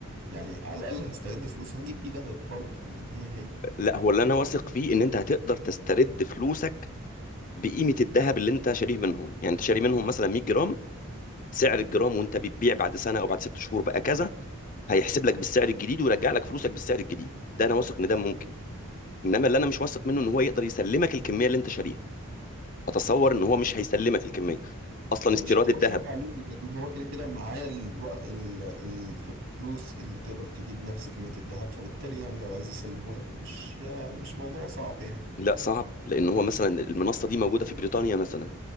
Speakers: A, on the right (about 60°); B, on the left (about 35°).
A: يعني على الاقل هسترد فلوس هجيب بيه دهب برضه يعني هي هي
B: لا هو اللي انا واثق فيه ان انت هتقدر تسترد فلوسك بقيمه الذهب اللي انت شاريه منهم يعني انت شاري منهم مثلا 100 جرام سعر الجرام وانت بتبيع بعد سنه او بعد ست شهور بقى كذا هيحسب لك بالسعر الجديد ويرجع لك فلوسك بالسعر الجديد ده انا واثق ان ده ممكن انما اللي انا مش واثق منه ان هو يقدر يسلمك الكميه اللي انت شاريها اتصور ان هو مش هيسلمك الكميه اصلا استيراد
A: مش هتبقى
B: الذهب
A: صعبة عليه لان هو كده كده معاه الوق... ال- الفلوس اللي تقدر تجيب نفس كمية الدهب فبالتالي يعني لو عايز يسلمه لك مش مش موضوع صعب يعني
B: لا صعب لان هو مثلا المنصه دي موجوده في بريطانيا مثلا